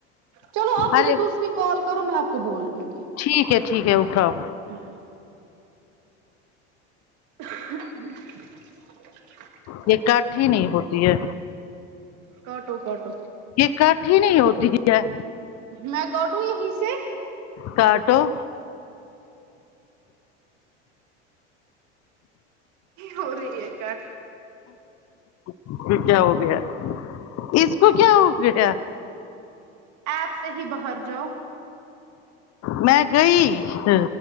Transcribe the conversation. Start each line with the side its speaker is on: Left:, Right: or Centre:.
Right: چ <unintelligible>
Left: اچ
Right: دوسری کال کرو میں آپ کو بول لوں گی
Left: ٹھیک ہے ٹھیک ہے اٹھاؤ
Right: ہاں <unintelligible>
Left: یہ کٹ ہی نہیں ہوتی ہے
Right: کاٹو کاٹو
Left: یہ کٹ ہی نہیں ہوتی ہی ہے
Right: میں کاٹوں یہیں سے
Left: کاٹوں
Right: ہو رہی ہے کٹ
Left: اس کو کیا ہو گیا اس کو کیا ہو گیا
Right: ایپ سے ہی باہر جاؤ
Left: میں گئی ہا